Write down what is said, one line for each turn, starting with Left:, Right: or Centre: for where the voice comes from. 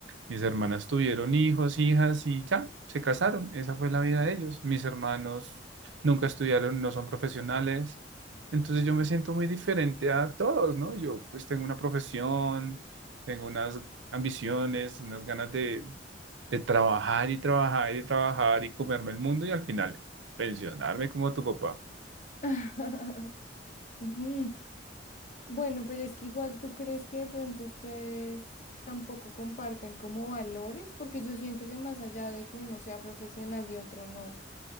Right: Mis hermanas tuvieron hijos, hijas y ya, se casaron. Esa fue la vida de ellos. Mis hermanos nunca estudiaron, no son profesionales. Entonces yo me siento muy diferente a todos, ¿no? Yo pues tengo una profesión, tengo unas ambiciones, unas ganas de, de trabajar y trabajar y trabajar y comerme el mundo y al final pensionarme como tu papá.
Left: <laughs> Mm, Bueno, pero es que igual tú crees que de pronto ustedes tampoco comparten como valores, porque yo siento que más allá de que uno sea profesional y otro no.